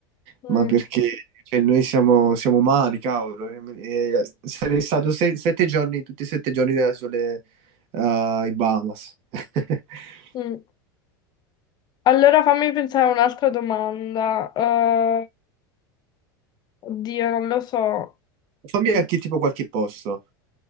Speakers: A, on the left; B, on the right.
A: Mm,
B: Ma perché cioè, noi siamo, siamo umani, cavolo. E- e sarei stato se- sette giorni, tutti e sette giorni della sole, eh, in Bahamas. <laughs>
A: mm. Allora fammi pensare a un'altra domanda. Eh, oddio, non lo so.
B: Fammi anche tipo qualche posto.